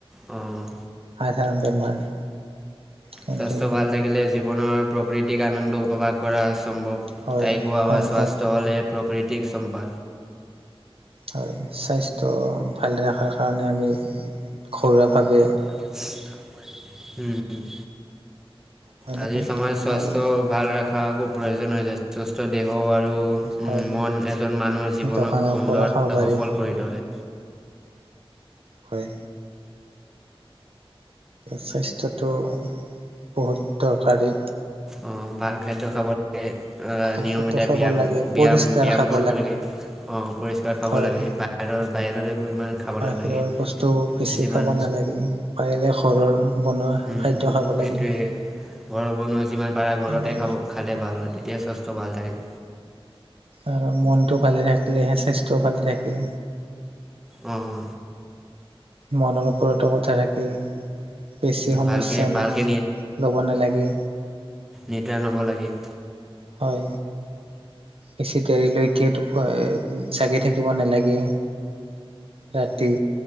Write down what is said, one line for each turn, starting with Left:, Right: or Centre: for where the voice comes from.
Centre: উম
Right: সাধাৰণ বেমাৰ কিন্তু
Centre: স্বাস্থ্য ভাল থাকিলে জীৱনৰ প্ৰাকৃতিক আনন্দ উপভাস কৰা সম্ভৱ।
Right: হয়
Centre: তাই কোৱা
Right: সম্ভৱ
Centre: হয় স্বাস্থ্য হ'লে প্ৰকৃতিক সম্পদ
Right: হয় স্বাস্থ্য ভালে ৰখাৰ কাৰণে আমি ঘৰুৱা ভাৱে
Centre: হোম হোম
Right: হয়নে
Centre: আজিৰ সময়ত স্বাস্থ্য
Right: আৰু
Centre: ভাল ৰখা খুব প্ৰয়োজন হৈ <unintelligible> সুস্থ দেহ আৰু
Right: হয়
Centre: মন এজন মানুহৰ জীৱনক
Right: দোকানৰ
Centre: সুন্দৰ
Right: পৰা খাব পাৰি
Centre: সফল কৰি তোলে।
Right: হয়। স্বাস্থ্যটো বহুত দৰকাৰী।
Centre: অ ভাল খাদ্য খাব লাগে।
Right: ভালকেতো
Centre: নিয়মিত
Right: খাব
Centre: ব্যায়াম
Right: লাগে
Centre: ব্যায়াম
Right: পৰিষ্কাৰ
Centre: ব্যায়াম
Right: খাব
Centre: কৰিব লাগে অ পৰিষ্কাৰ খাব
Right: হয়
Centre: লাগে বা। বাহিৰৰ বাহিৰৰে এইবোৰ ইমান। খাব
Right: বাহিৰৰ
Centre: নালাগে
Right: বস্তু বেছি
Centre: যিমান
Right: খাব নালাগে পাৰিলে ঘৰৰ বনোৱা।
Centre: উম
Right: খাদ্য খাব লাগে
Centre: এইটোৱে। ঘৰৰ বনোৱা যিমান পাৰা ঘৰতে
Right: আৰু
Centre: খাব খালে ভাল হয় তেতিয়াই স্বাস্থ্য ভাল থাকে।
Right: আৰু মনটো ভালে থাকিলেহে স্বাস্থ্যও ভালে থাকে
Centre: অ অ
Right: মনৰ ওপৰত কথ থাকে বেছি সমস্যা
Centre: ভালকৈ ভালকৈ
Right: ন ল'ব নালাগে
Centre: নিৰ্দাৰণ হ'ব লাগে
Right: হয়। বেছি দেৰিলৈকে তো জাগি থাকিব নালাগে ৰাতি